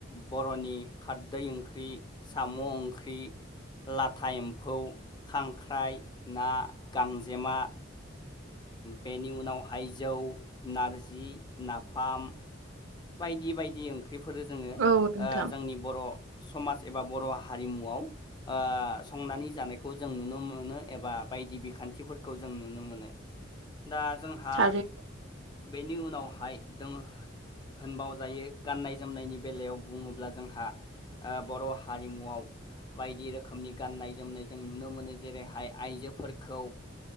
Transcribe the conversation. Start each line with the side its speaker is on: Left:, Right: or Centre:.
Left: बर'नि खारदै ओंख्रि साम' ओंख्रि लाथा एम्फौ खांख्राइ ना गांजेमा बेनि उनावहाय जौ नारजि नाफाम बायदि बायदि ओंख्रिफोरो जोङो ओ
Right: औ नोंथां
Left: जोंनि बर' समाज एबा बर' हारिमुआव ओ संनानै जानायखौ जों नुनो मोनो एबा बायदि बिखान्थिफोरखौ जों नुनो मोनो दा जोंहा
Right: थारै
Left: बेनि उनावहाय दङो। होनबावजायो गाननाय जोमनायनि बेलायाव बुङोब्ला जोंहा बर' हारिमुआव बायदि रोखोमनि गाननाय जोमनाय जों नुनो मोनो जेरैहाय आइजोफोरखौ